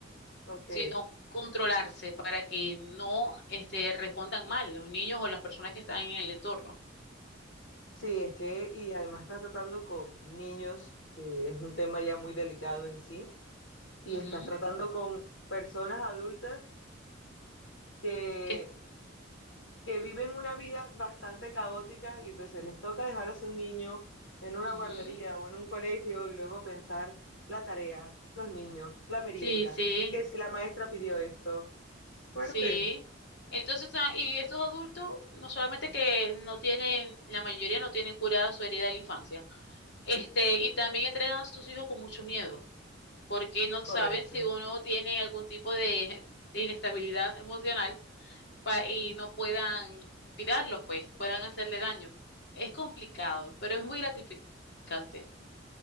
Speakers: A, on the left; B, on the left.
A: Ok.
B: sino controlarse para que no, este, respondan mal los niños o las personas que están en el entorno.
A: Sí, es que, y además estás tratando con niños, que es un tema ya muy delicado en sí, y
B: Ujú.
A: estás tratando con personas adultas que,
B: Que-
A: que viven una vida bastante caótica y entonces les toca dejar a su niño en una
B: ujú.
A: guardería o en un colegio y luego pensar la tarea, los niños, la merienda,
B: Sí, sí.
A: que si la maestra pidió esto. Fuerte,
B: Sí. Entonces, ah, y estos adultos, no solamente que no tienen, la mayoría no tienen curada su herida de la infancia, este, y también entregan a sus hijos con mucho miedo, porque no
A: correcto.
B: saben si uno tiene algún tipo de, de inestabilidad emocional pa- y no puedan cuidarlos, pues, puedan hacerle daño. Es complicado, pero es muy gratificante.